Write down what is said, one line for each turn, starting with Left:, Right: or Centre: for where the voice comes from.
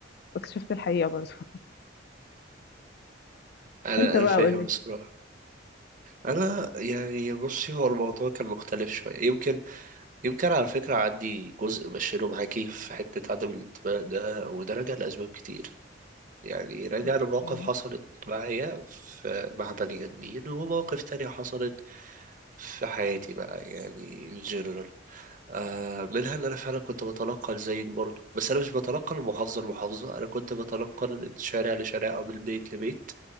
Left: اكتشفت الحقيقه برضه <laughs>
Right: انا
Left: انت
Right: انا
Left: بقى
Right: فاهم
Left: قول لي
Right: بصراحه انا يعني بصي هو الموضوع كان مختلف شويه يمكن يمكن على فكره عندي جزء بشيله معاكي في حته عدم الانتماء ده وده راجع لاسباب كتير يعني راجع
Left: اوكي
Right: لمواقف حصلت معايا في مع بني ادمين ومواقف تانية حصلت في حياتي بقى يعني in general آه منها ان انا فعلا كنت بتنقل زيك برضو بس انا مش بتنقل من محافظه لمحافظه انا كنت بتنقل من شارع لشارع او من بيت لبيت